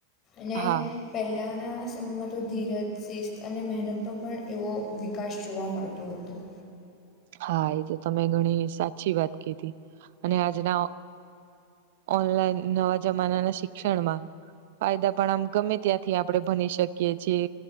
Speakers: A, on the left (about 30°); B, on the right (about 50°).
A: અને.
B: હા
A: પહેલાંના સમયમાં તો ધીરજ શિસ્ત અને મહેનતનો પણ એવો વિકાસ જોવા મળતો હતો.
B: હા! એ તો તમે ઘણી સાચી વાત કધી. અને આજના ઓનલાઈન નવા જમાનાના શિક્ષણમાં ફાયદા પણ આમ ગમે ત્યાંથી આપણે ભની શકીએ